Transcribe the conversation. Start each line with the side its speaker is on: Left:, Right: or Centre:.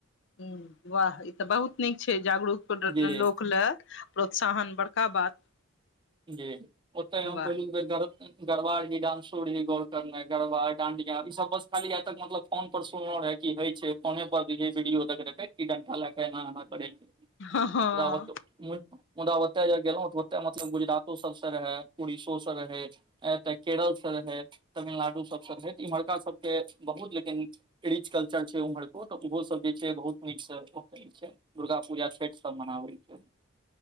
Left: ह वाह ई तऽ बहुत नीक छै जागरूक
Right: जी
Left: लोक लए प्रोत्साहन बड़का बात
Right: जी ओतय हम
Left: वाह
Right: पहिलुक बेर गरबा जी डानसो गोर करने गरबा डाडिया ई सब बस खाली जा तक मतलब फोन पर सुनल रहे की हे छै फोने पर वीडियो देख की डंटा लए एना एना कर छै
Left: हँ
Right: ओ मुदा ओत गेलहु ओ ओे गुजरातो सबसँ रहै उड़ीसो से रहै एतऽ केरलसँ रहै तमिलनाडु सभसँ रहै तऽ इम्हरका सभके बहुत लेकिन रीच कल्चर छै उम्हरक तऽ ओहो सब जे छै बहुत नीकसँ दुर्गा पूजा छठि सब मनाबै छै